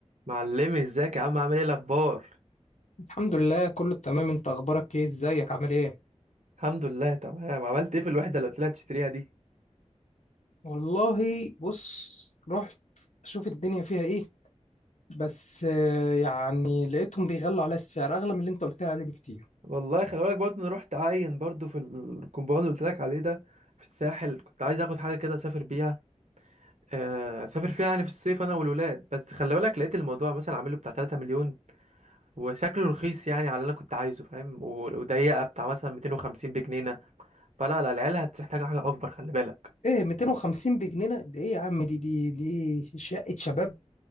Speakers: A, on the right; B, on the left.
A: معلمي ازيك يا عم عامل ايه الاخبار
B: الحمد لله كله تمام انت اخبارك ايه ازيك عامل ايه
A: الحمد لله تمام عملت ايه في الوحده اللي طلعت تشتريها دي
B: والله بص رحت اشوف الدنيا فيها ايه بس آه، يعني لقيتهم بيغلوا على السعر اغلى من اللي انت قلت لي عليه بكتير
A: والله خلي بالك برضه انا رحت عاين برضه في الكومباوند اللي قلت لك عليه ده في الساحل كنت عايز اخد حاجه كده اسافر بيها آه، اسافر فيها يعني في الصيف انا والولاد بس خلي بالك لقيت الموضوع مثلا عامله بتاع 3 مليون وشكله رخيص يعني على اللي انا كنت عايزه فاهم و- وضيقه بتاع مثلا 250 بجنينه فلا لا العيال هتحتاج حاجه اكبر خلي بالك
B: ايه 250 بجنيه ده ايه يا عم دي دي دي شقة شباب